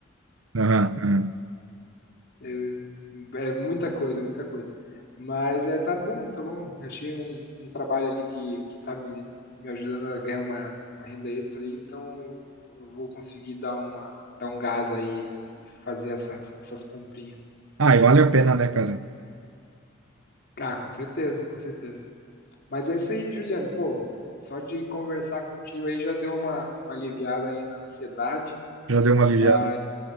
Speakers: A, on the right; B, on the left.
A: Aham, aham.
B: É, é muita coisa, muita coisa. Mas é, tá bom, tá bom. Eu tinha um, um trabalho ali que, que tá me, me ajudando a ganhar uma, uma renda extra aí, então eu vou conseguir dar uma, dar um gás aí e fazer essas, essas comprinhas.
A: Ah, e vale a pena,
B: Então, foi-
A: né, cara?
B: ah, com certeza, com certeza. Mas é isso aí, Juliano. Pô, só de conversar contigo aí já deu uma, uma aliviada aí na ansiedade,
A: Já deu uma
B: mas
A: aliviada.